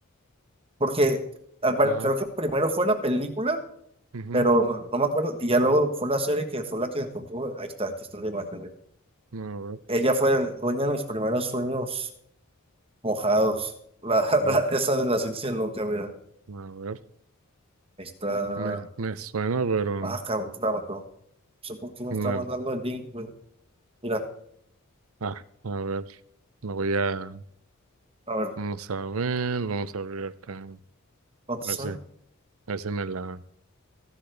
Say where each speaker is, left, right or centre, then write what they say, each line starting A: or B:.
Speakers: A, on the right; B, on the right.
A: porque al pare-
B: ajá,
A: creo que primero fue la película,
B: ujú,
A: pero no, no me acuerdo. Y ya luego fue la serie que fue la que encontró. Ahí está, aquí está la imagen, güey.
B: a ver,
A: Ella fue dueña de mis primeros sueños mojados. La, <laughs>
B: a,
A: la- esa de la ciencia loca, mira.
B: a ver,
A: Ahí está.
B: me, me suena, pero
A: Ah, cabrón, te la mató. No sé por qué me
B: no,
A: está mandando el link, güey. Mira,
B: ah, a ver, lo voy a,
A: a ver,
B: vamos a ver, vamos a abrir acá, a
A: ¿no te
B: ver
A: sale?
B: si, a ver si me la...